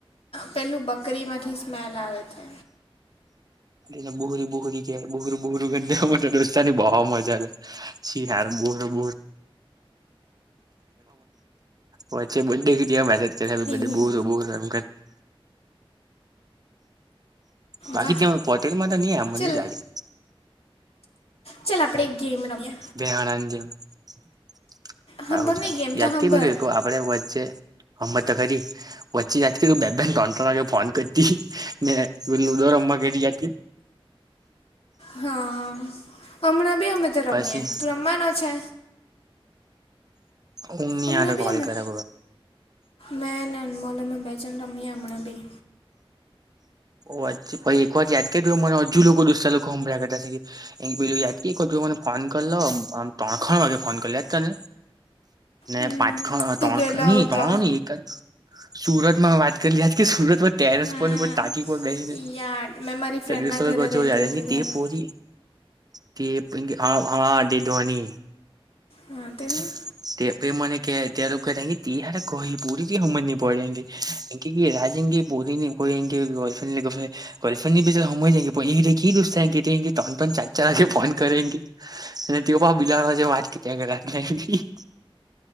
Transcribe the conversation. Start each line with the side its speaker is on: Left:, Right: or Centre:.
Left: પેલું બકરી માંથી સ્મેલ આવે છે.
Right: એને બુહરી બુહરી ક બુર બુહરું ગ મને રોસ્તાની બહ મજા લેઔ. શીયાર બોર બોર વચ્ચે બે મેસેજ કર
Left: હમ
Right: બે
Left: હમ
Right: બહુો બહુ એમ. બાકી
Left: વાહ
Right: ત પોટેલમાં નહી આમને
Left: ચલ
Right: ન લાગે.
Left: ચાલ આપણેે ગેમ રમીએ
Right: બેહણાજ આવહું
Left: હાંભર નહીં
Right: ચાલે
Left: ગેમ
Right: યાદ
Left: તો હાંભર
Right: કે બોલે તો આપડ વચ્ચે હમત કરી વચ્ચે તતી બે બેન ટોટ વાગે ફોન કરતી નેું દોર રમવા કે ત
Left: હા હમણાં બી અમે તો રમીએ
Right: પછી
Left: તું રમવાનો છે.
Right: ઊંઘ ની
Left: હમણાં
Right: હારે
Left: બી
Right: કોલ
Left: અમે
Right: કરે
Left: મેને અનમોલમાં બેજન રમીએ હમણાં બી
Right: વાત ભાઈ એક વાર યાદ કર મા હજુ લોકો દોસ્ લોકો હભળ કરતા એ બ ત ક મને ફોન કરલમ તો આખણ વાગે ફોન કરલ જ કરીને. ને
Left: હમ
Right: પાંચ ખણ
Left: તું
Right: ત્રણ
Left: ગયેલો
Right: નહી
Left: આવતો
Right: ત્રણ નહી એક સુરતમાં વાત કરી લજ કે સુરત ટેરસ
Left: હમ
Right: ની કોઈ ટાકી કોઈ બેસીને
Left: યાર મેં મારી ફ્રેન્ડના
Right: જો
Left: ઘરે રહેતી હતી ત્યારે
Right: પરી કે હા ડે ધવની
Left: હા
Right: <unintelligible>
Left: તે હું
Right: તે મને ક તાર કે તાર ક પૂરીથી સમજની પડેે. કે રાજેંગે બહુ દ કો એંગેફડ કોફ હોય જ રુસ્ તન પણન ચાર ચારા ફોન કરેગે. અને તેઓ પણ બિલાડા જે વાત કર્યા કર